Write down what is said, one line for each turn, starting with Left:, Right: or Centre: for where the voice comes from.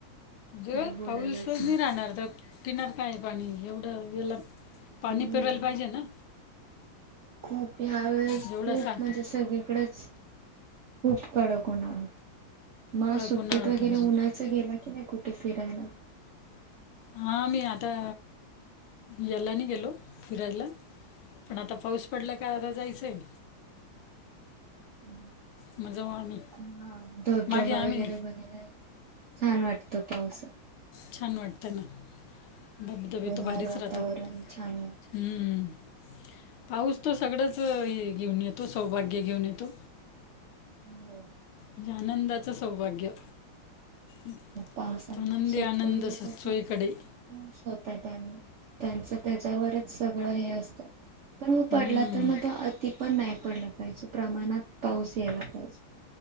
Left: म्हणजे
Right: काय बोलायलाच
Left: पाऊसच
Right: नको
Left: नाही राहणार तर पिणार काय पाणी एवढं वेळत पाणी
Right: हम्म
Left: पिरवायला पाहिजे ना?
Right: खूप ह्या वेळेस
Left: जेवढा
Right: खूप
Left: साठा
Right: म्हणजे सगळीकडेच खूप कडक उन्हाळा होता, मग
Left: कडक
Right: सुट्टीत
Left: उन्हाळा होता
Right: वगैरे
Left: बरोबर
Right: उन्हाच गेला की नाही कु कुठे फिरायला?
Left: हां, मी आता याला नाही गेलो, फिरायला. पणं आंता पाऊस पडलां कां आंता गावांंले जायचंय.
Right: हम्मं
Left: मग जाऊ आम्ही
Right: हां धबधबा
Left: मागे आम्ही
Right: वगैरें बघांयला आहे. छान वाटतं पावसात
Left: छांन वाटतं नां, धबधबे
Right: हिरवगार
Left: तरं भारीचं
Right: वातावरण
Left: राहतांत.
Right: छान
Left: पाऊस तो सगळंच हे घेऊंन येतो सौभाग्य घेऊंन येतो.
Right: मं.
Left: म्हणजे आनंदाचं सौभाग्य. अ
Right: पावसामुळे
Left: आनंदी
Right: शेतकरी
Left: आनंद
Right: लोक
Left: असं
Right: खूप
Left: चोहीकडे.
Right: खुश होतांत आणि त्यांचं त्यांच्यावरचं सगळं हे असतं. पणं
Left: हम्म.
Right: पडलां तरं मंग अति पणं नाहीं पडलां पाहिजे प्रमाणांत पाऊस यांयला पाहिजे.